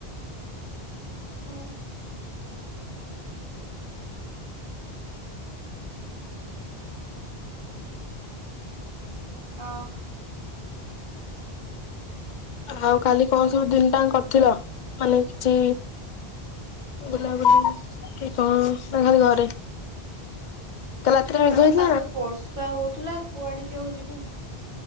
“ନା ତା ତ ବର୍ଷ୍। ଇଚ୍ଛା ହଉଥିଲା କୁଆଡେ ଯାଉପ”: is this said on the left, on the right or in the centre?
Right